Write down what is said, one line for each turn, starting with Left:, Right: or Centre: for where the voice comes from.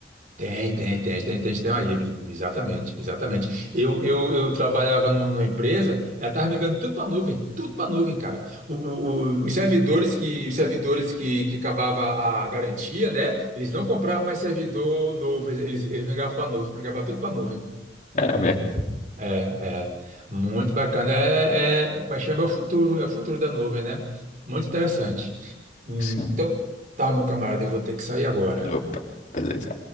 Right: Tem, tem, tem, tem, tem sistema híbrido. Exatamente, exatamente. Eu, eu, eu trabalhava num- numa empresa, ela estava migrando tudo para nuvem, tudo para nuvem, cara. O- o- o- os servidores que, os servidores que, que acabava a garantia, né? Eles não compravam mais servidor novo, eles, eles migravam para nuvem, migravam tudo para nuvem.
Left: Era mesmo.
Right: É, é. Muito bacana. É, é, como é que chama? É o futuro, é o futuro da nuvem, né? Muito interessante. Então,
Left: Sim.
Right: tá, meu camarada, eu vou ter que sair agora.
Left: Opa, beleza.